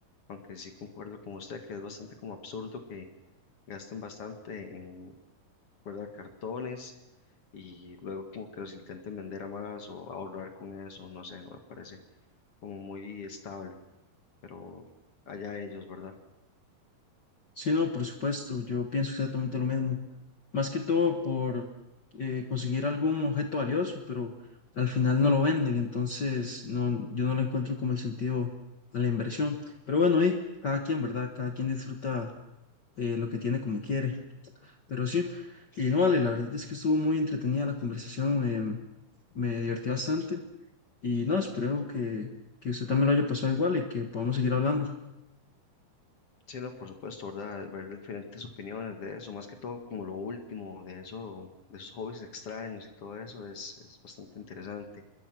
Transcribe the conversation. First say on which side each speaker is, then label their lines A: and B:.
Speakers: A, on the left; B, on the left.
A: Aunque sí concuerdo con usted que es bastante como absurdo que gasten bastante en, ¿verdad? Cartones y luego como que los intenten vender a más o ahorrar con eso, no sé, no me parece como muy estable, pero allá ellos, ¿verdad?
B: Sí, no, por supuesto, yo pienso exactamente lo mismo. Más que todo por eh, conseguir algún objeto valioso, pero al final no lo venden, entonces no, yo no lo encuentro como el sentido de la inversión. Pero bueno, y cada quien, ¿verdad? Cada quien disfruta eh, lo que tiene como quiere. Pero sí, y no vale, la verdad es que estuvo muy entretenida la conversación, em, me divertí bastante y no, espero que, que usted también lo haya pasado igual y que podamos seguir hablando.
A: Sí, no, por supuesto, ¿verdad? Ver diferentes opiniones de eso, más que todo como lo último, de eso, de esos hobbies extraños y todo eso es, es bastante interesante.